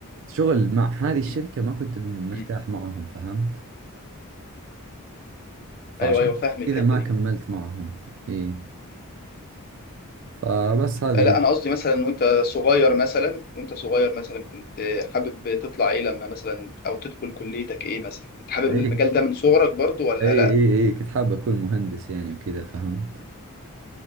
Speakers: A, on the right; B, on the left.
A: شغل مع هذه الشركة
B: مم.
A: ما كنت مرتاح
B: مم.
A: معهم فهمت فعشان
B: ايوه ايوه فاهم الحتة
A: كذا ما
B: دي
A: كملت معهم اي فبس هذه
B: آه، لا
A: هي
B: انا قصدي مثلا وانت صغير مثلا وانت صغير مثلا كنت آه، حابب تطلع ايه لما مثلا او تدخل كليتك ايه مثلا كنت حابب
A: اي
B: المجال ده من صغرك برضو ولا
A: اي
B: لا
A: اي اي كنت حاب اكون مهندس يعني وكذا فهمت